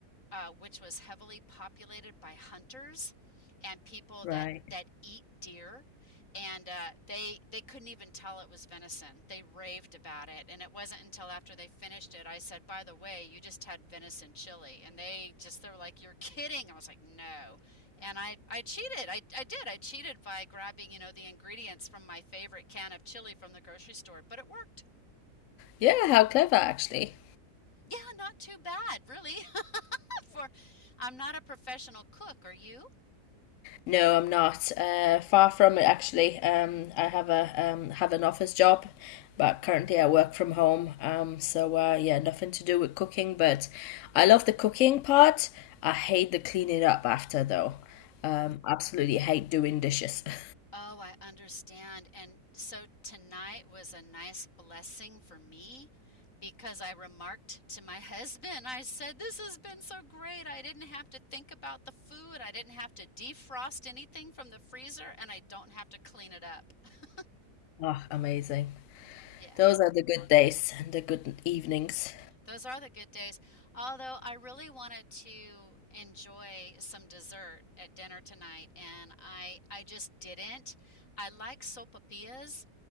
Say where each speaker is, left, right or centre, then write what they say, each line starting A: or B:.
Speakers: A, on the left; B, on the left.
A: uh, which was heavily populated by hunters and people
B: right.
A: that that eat deer and uh, they they couldn't even tell it was venison they raved about it and it wasn't until after they finished it i said by the way you just had venison chili and they just they were like you're kidding i was like no and i i cheated i, I did i cheated by grabbing you know the ingredients from my favorite can of chili from the grocery store but it worked
B: Yeah, how clever actually.
A: yeah not too bad really <laughs> for i'm not a professional cook are you
B: No, I'm not. Uh, far from it, actually. Um, I have a um, have an office job, but currently I work from home. Um, so uh, yeah, nothing to do with cooking. But I love the cooking part. I hate the cleaning up after, though. Um, absolutely hate doing dishes. <laughs>
A: Oh, I understand. And so tonight was a nice blessing for me because I remarked to my husband, I said, This has been so great. I didn't have to think about the food. I didn't have to defrost anything from the freezer, and I don't have to clean it up. <laughs>
B: Oh, amazing.
A: Yeah.
B: Those are the good days and the good evenings.
A: Those are the good days. Although I really wanted to enjoy some dessert at dinner tonight and I I just didn't. I like sopapillas